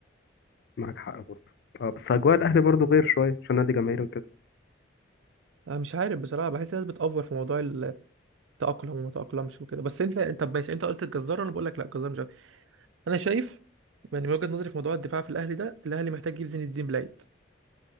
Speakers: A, on the left (about 60°); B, on the right (about 80°).
A: معاك حق برضه اه بس أجواء الأهلي برضه غير شوية عشان نادي جماهيري وكده
B: انا مش عارف بصراحه بحس الناس بتأفور في موضوع تأقلم وما تأقلمش وكده بس انت انت طب ماشي انت قلت الجزار وانا بقول لك لا الجزار مش عارف. انا شايف يعني من وجهة نظري في موضوع الدفاع في الاهلي ده الاهلي محتاج يجيب زين الدين بلايد